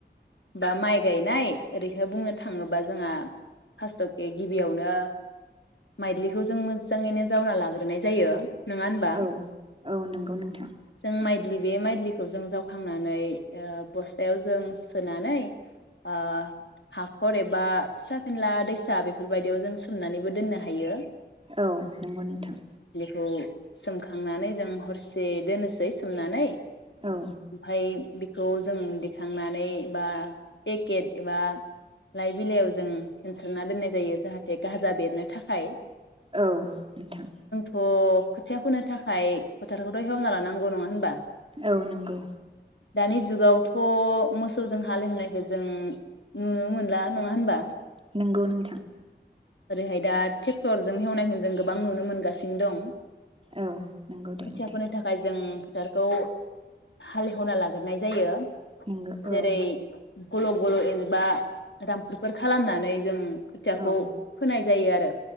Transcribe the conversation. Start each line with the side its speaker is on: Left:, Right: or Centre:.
Left: बा माइ गायनाय ओरै बुंनो थाङोबा जोंहा फार्स्टके गिबियावनो माइलिखौ जों मोजाङैनो जावना लाग्रोनाय जायो नङा होनबा
Right: औ औ नंगौ नोंथां
Left: जों माइद्लि बे माइलिखौ जों जावखांनानै ओ बस्थायाव जों सोनानै ओ हाखर एबा फिसा फेनला दैसा बेफोरबायदियाव जों सोमनानैबो दोननो हायो
Right: औ नंगौ नोंथां
Left: खौ सोमखांनानै जों हरसे दोननोसै सोमनानै ओमफफ्राय
Right: औ
Left: बे खौ जों दिखांनानै बा पेकेट एबा लाइ बिलाइयाव जों फेनसारना दोननाय जायो जाहाथे गाजा बेरनो थाखाय
Right: औ नोंथां।
Left: थ' खोथिया फोनो थाखाय फोटारखौथ' एवना लानांगौ नङा होनबा
Right: औ नंगौ।
Left: दानि जुगावथ' मोसौजों हाल एवहोनायखौ जों नुनो मोनला नङा होनबा।
Right: नंगौ नोंथां।
Left: ओरैहाय दा ट्रेक्टरजों हेवनायखौ जों गोबां नुनो मोनगासिनो दं।
Right: औ नंगौ दे
Left: खोथिया
Right: दे।
Left: फोनो थाखाय जों फोथारखौ हालेवना लाग्रोनाय जायो।
Right: नोंगौ
Left: जेरै
Right: औ।
Left: गल गल एबा दामफोर खालामनानै जों खोथियाखौ
Right: औ
Left: फोनाय जायो आरो।